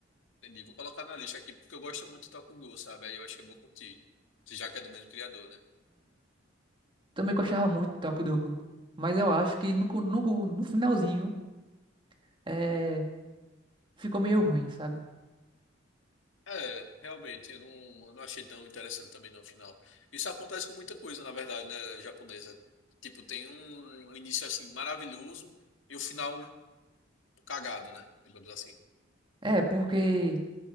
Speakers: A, on the left; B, on the right.
A: Entendi. Vou colocar na lista aqui, porque eu gosto muito de Tokugou, sabe? Aí eu acho que eu vou curtir. Se Já que é do mesmo criador, né?
B: Também gostava muito do Toque do Mas eu acho que no, co- no, co- no finalzinho é, ficou meio ruim, sabe?
A: É, realmente, eu não, não achei tão interessante também no final. Isso acontece com muita coisa, na verdade, né, japonesa. Tipo, tem um, um início assim maravilhoso e o final cagado, né? Digamos assim.
B: É, porque